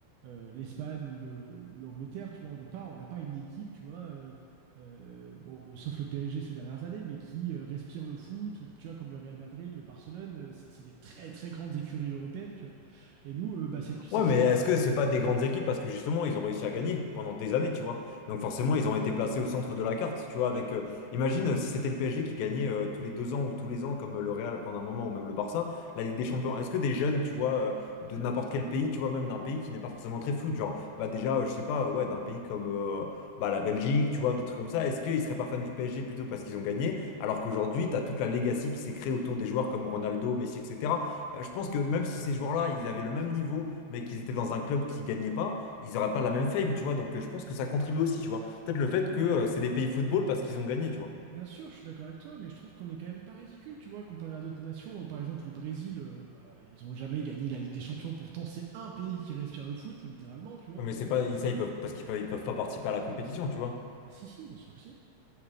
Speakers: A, on the right; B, on the left.
A: euh, l'Espagne ou le, ou l'Angleterre, tu vois, on n'est pas, on n'a pas une équipe, tu vois, euh, euh, bon, sauf le PSG ces dernières années, mais qui euh, respire le foot, ou tu vois, comme le Real Madrid, le Barcelone, euh, c'est c'est des très très grandes écuries européennes, tu vois. Et nous, euh, bah, c'est c'est
B: Ouais,
A: très
B: mais
A: récent
B: est-ce que
A: quand
B: c'est
A: même.
B: pas des grandes équipes parce que justement ils ont réussi à gagner pendant des années, tu vois. Donc forcément ils ont été placés au centre de la carte, tu vois. Avec, euh, imagine euh, si c'était le PSG qui gagnait euh, tous les deux ans ou tous les ans comme euh, le Real pendant un moment ou même le Barça, la Ligue
A: Mm.
B: des Champions. Est-ce que des jeunes, tu vois, euh, de n'importe quel pays, tu vois, même d'un pays qui n'est pas forcément très foot, genre, bah déjà, euh, je sais pas, euh, ouais, d'un pays comme euh, bah, la Belgique, tu vois, des trucs comme ça. Est-ce qu'ils seraient pas fans du PSG plutôt parce qu'ils ont gagné, alors qu'aujourd'hui t'as toute la legacy qui s'est créée autour des joueurs comme Ronaldo, Messi, etc. Euh, je pense que même si ces joueurs-là ils avaient le même niveau mais qu'ils étaient dans un club qui gagnait pas, ils n'auraient pas la même fame, tu vois. Donc euh, je pense que ça contribue aussi, tu vois. Peut-être le
A: Ouais,
B: fait
A: mais
B: que euh, c'est des pays football parce qu'ils ont gagné, tu vois.
A: bien sûr, je suis d'accord avec toi, mais je trouve qu'on est quand même pas ridicule, tu vois, comparé à d'autres nations. Euh, Par exemple, le Brésil, euh, bah, ils ont jamais gagné la Ligue des Champions, pourtant c'est un pays qui respire le foot, littéralement, tu vois.
B: Non, Mais c'est pas ça, ils peuvent parce qu'ils peuvent, ils peuvent pas participer à la compétition, tu vois.
A: Ah si, si, bien sûr que si.